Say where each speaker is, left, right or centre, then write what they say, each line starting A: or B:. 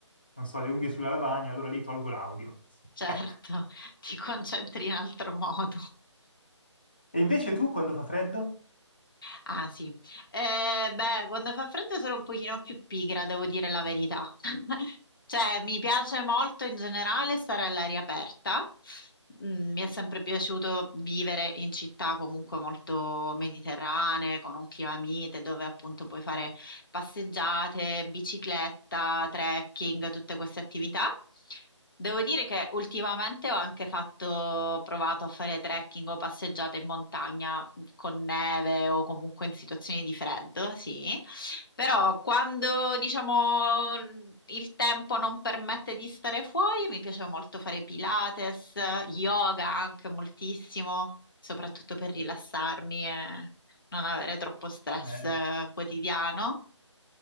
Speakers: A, on the left; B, on the left.
A: non so, le unghie sulla lavagna, allora lì tolgo l'audio.
B: certo,
A: <laughs> Ecco.
B: ti concentri in altro modo.
A: E invece tu quando fa freddo?
B: Ah sì, Eh, beh, quando fa freddo sono un pochino più pigra, devo dire la verità. <laughs> Cioè, mi piace molto in generale stare all'aria aperta. Mm, mi è sempre piaciuto vivere in città comunque molto mediterranee, con un clima mite, dove appunto puoi fare passeggiate, bicicletta, trekking, tutte queste attività. Devo dire che ultimamente ho anche fatto, provato a fare trekking o passeggiate in montagna con neve o comunque in situazioni di freddo, sì. Però quando, diciamo, il tempo non permette di stare fuori, mi piace molto fare Pilates, yoga anche moltissimo, soprattutto per rilassarmi e non avere troppo stress
A: Ah, bello.
B: eh, quotidiano.